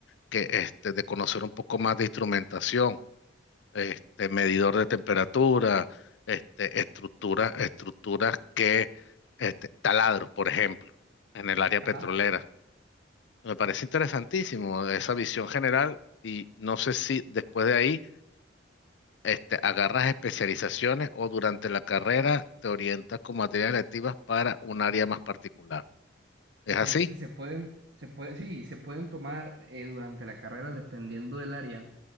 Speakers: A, on the left; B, on the right.
A: que este, de conocer un poco más de instrumentación, este, medidor de temperatura, este, estructuras, estructuras que, este, taladros, por ejemplo, en el área petrolera.
B: ajá.
A: Me parece interesantísimo esa visión general y no sé si después de ahí este, agarras especializaciones o durante la carrera te orientas con materias electivas para un área más particular. ¿Es
B: De
A: así?
B: este se pueden, se puede, sí, se pueden tomar eh, durante la carrera dependiendo del área.